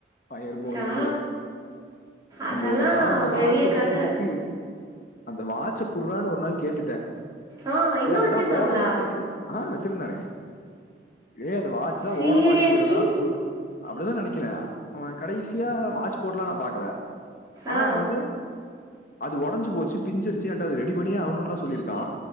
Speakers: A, on the left (about 45°); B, on the right (about 20°).
A: ஃபயர் போல்ட்
B: ஆ அதெல்லா
A: ஒரு நாள் அந்த
B: பெரிய
A: வாட்ச்
B: கத
A: கேட்டதுக்கு அந்த வாச்ச குடுறான்னு ஒரு நாள் கேட்டுட்ட
B: ஆ இன்னு
A: ஏ அதுதா
B: வச்சிருக்காங்களா
A: ஓட மாட்டேங்குது ஆ வச்சிருந்தானே ஏ அந்த வாச்சிதா
B: சீரியஸ்லி
A: ஓட மாட்டேக்குலடா கூ அப்டிதா நெனைக்கிற அவ கடைசியா வாட்ச் போட்ல்லா நா பாக்கல அனா
B: ஆ
A: வந்து அது உடஞ்சு போச்சு பிஞ்சிருச்சு எண்ட அது ரெடி பண்ணியே ஆவுணுல்லா சொல்லிருக்கா